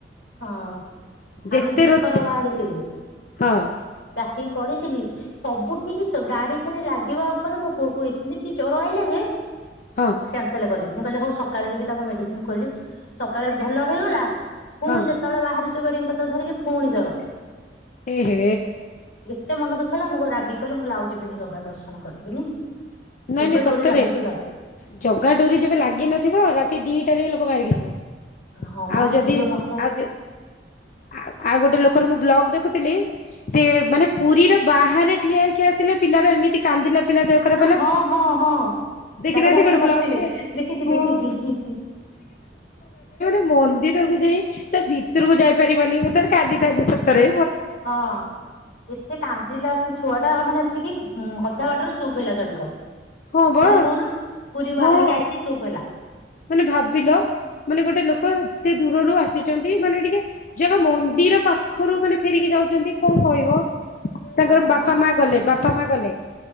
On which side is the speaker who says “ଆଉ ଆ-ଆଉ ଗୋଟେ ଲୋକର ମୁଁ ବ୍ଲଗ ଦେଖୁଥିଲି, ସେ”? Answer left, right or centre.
Left